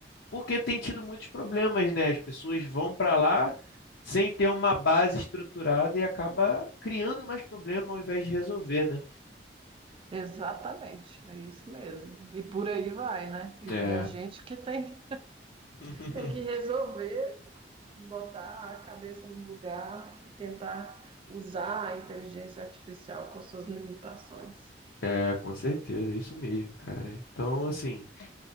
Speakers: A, on the left (about 80°); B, on the right (about 30°).
A: Porque tem tido muitos problemas, né? As pessoas vão para lá sem ter uma base estruturada e acaba criando mais problema ao invés de resolver, né?
B: Exatamente, é isso mesmo. E por aí vai, né? E
A: É,
B: né, a gente que tem,
A: <laughs>
B: tem que resolver botar a cabeça no lugar e tentar usar a inteligência artificial com suas limitações.
A: é, com certeza, é isso mesmo, cara. Então, assim,